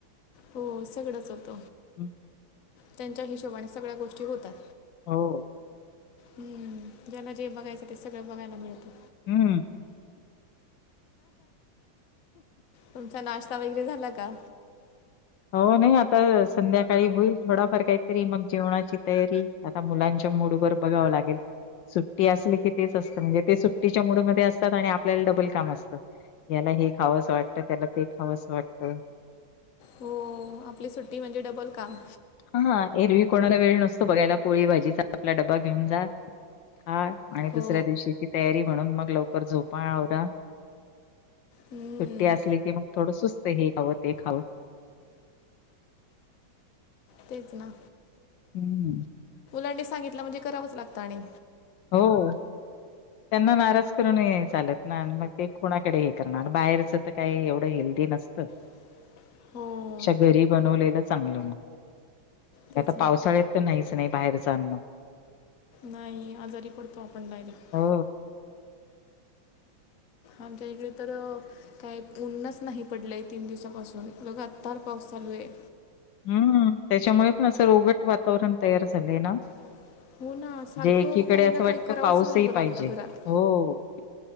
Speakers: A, on the left; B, on the left.
A: हो सगडच होत
B: हं.
A: त्यांच्या हिशोबाने सगळ्या गोष्टी होतात.
B: हो.
A: हम्म ज्याना जे बघायचं ते सगळं बघायला मिळतं.
B: हम्म.
A: तुमचा नाश्ता वगैरे झाला का?
B: हो नाही आता संध्याकाळी होईल थोडाफार काहीतरी मग जेवणाची तयारी आता मुलांच्या मूडवर बघावं लागेल. सुट्टी असली की तेच असतं म्हणजे ते सुट्टीच्या मुडमध्ये असतात आणि आपल्याला डबल काम असतं. यांना हे खावंसं वाटतं त्यांना ते खावंस वाटतं.
A: हो. आपली सुट्टी म्हणजे डबल काम
B: हां एरवी कोणाला वेळ नसतो बघायला पोळी भाजीचा आपला डब्बा घेऊन जा. हां आणि
A: हो
B: दुसऱ्या दिवशीची तयारी म्हणून मग लवकर झोपा आवरा
A: हम्म,
B: सुट्टी असली की मग थोड सुसं ते हे खावं ते खावं.
A: तेच ना.
B: हम्म.
A: त्यांनी सांगितलं म्हणजे करावच लागत आणि
B: हो. त्यांना नाराज करून नाय चालत ना मग ते कोणाकडे हे करणार बाहेरच तर काय एवढं हे ल्दी नसत.
A: <inaudible>
B: त्यापेक्षा
A: हो
B: घरी बनवलेलं चांगलं म. आणि
A: तेच
B: आता
A: ना
B: पावसाळ्यात तर नाहीच नाय बाहेरच अन्न.
A: नाही आजारी पडतो आपण डायरेक्ट.
B: हो
A: आमच्या इकडे तर काही ऊन च नाही पडलंय तीन दिवसापासून लगातार पाऊस चालू ये.
B: हम्म त्याच्यामुळे पण असं रोगट वातावरण तयार झालंय ना.
A: <inaudible> सारखं
B: जे एकीकडे
A: काही ना
B: असं
A: काही
B: वाटत
A: करावंच
B: पाऊसही
A: राहावं लागतं
B: पाहिजे
A: घरात
B: हो.